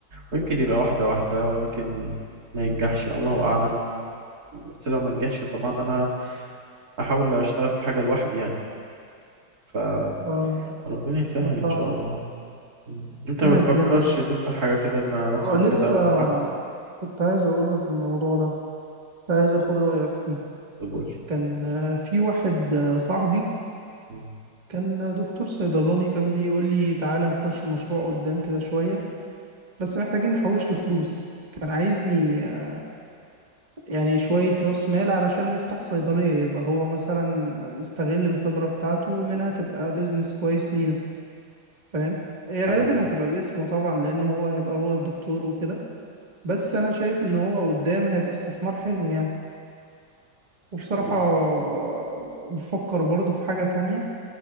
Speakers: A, on the right; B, on the right.
A: ويمكن يبقى واحدة واحدة ويمكن ما ينجحش الله اعلم بس لو ما نجحش طبعا انا هحاول اشتغل في حاجة لوحدي يعني ف
B: اه
A: ربنا يسهل
B: انا فاهم
A: ان شاء الله مم. انت ما
B: ربنا
A: بتفكرش
B: يكرمك
A: تفتح حاجه كده مع
B: اه
A: نفسك
B: لسه
A: كده او مع حد
B: كنت عايز اقول لك الموضوع ده كنت عايز اخد رأيك فيه
A: طب قول لي
B: كان آه، في واحد آه، صاحبي
A: مم.
B: كان آه، دكتور صيدلاني كان بيقول لي تعالى نخش مشروع قدام كده شوية بس محتاجين نحوش له فلوس كان عايزني آه، يعني شوية راس مال علشان نفتح صيدلية يبقى هو مثلا آه، نستغل الخبرة بتاعته ومنها تبقى بيزنس كويس لينا فاهم
A: طب
B: هي
A: حلو
B: غالبا
A: جدا
B: هتبقى باسمه طبعا لأن هو هيبقى هو الدكتور وكده بس أنا شايف إن هو قدام هيبقى استثمار حلو يعني وبصراحة
A: وال-
B: آه، بفكر برضه في حاجة تانية